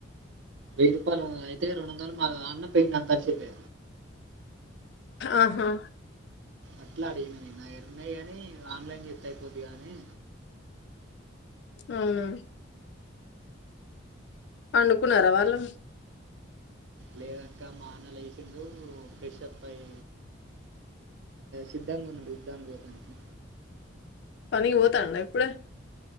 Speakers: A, on the right; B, on the left.
A: వెయ్యి రూపాయలు అయితే రెండు వందలు మా అన్న పెయింది అంతల్ సేపే
B: ఆహా
A: అట్లా అడిగిన నేను నా దగ్గరరున్నాయి కానీ ఆన్లైన్ చేత్త అయిపోద్ కానీ
B: అవునా పండుకున్నారా వాళ్ళు
A: లేదక్క మా అన్న లేసిండు ఫ్రెష్ అప్ అయ్యి సిద్ధంగా ఉన్నాడు యుద్ధానికి పోతనికి
B: పనికి పోతాండా ఇప్పుడే